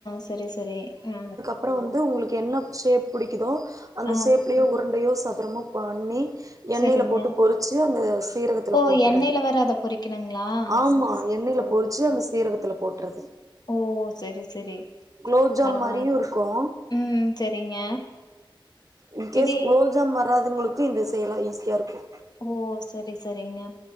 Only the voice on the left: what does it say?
சரி சரி ஆ
ஆ
சரிங்க.
ஓ!
எண்ணெயில வேற அத பொரிக்கணுங்களா?
சரி, சரி,
சரி.
ஓ சரி சரி
பரவா
ம் சரிங்க
இது
ஓ சரி சரிங்க